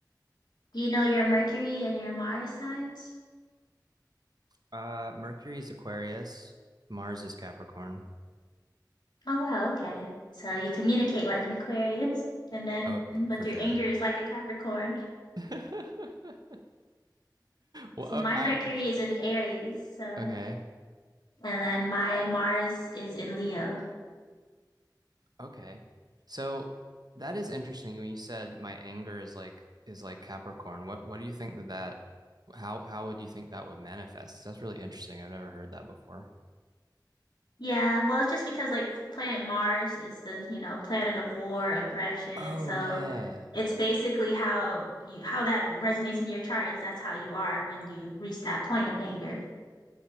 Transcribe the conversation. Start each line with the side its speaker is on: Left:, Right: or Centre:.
Left: Do you know your Mercury and your Mars signs?
Right: Uh Mercury is Aquarius, Mars is Capricorn.
Left: Oh, wow, okay. So you communicate like an Aquarius, and then
Right: Oh,
Left: but
Right: for
Left: your
Right: sure.
Left: anger is like a Capricorn.
Right: <laughs> Well,
Left: See,
Right: oh,
Left: my
Right: I
Left: Mercury is in Aries, so.
Right: okay.
Left: And then my Mars is in Leo.
Right: Okay. So that is interesting when you said my anger is like is like Capricorn. What what do you think that that how how would you think that would manifest? That's really interesting. I've never heard that before.
Left: Yeah, well, it's just because like the planet Mars is the, you know, planet of war, aggression.
Right: Oh
Left: So
Right: yeah.
Left: it's basically how you how that resonates in your chart is that's how you are when you reach that point of anger.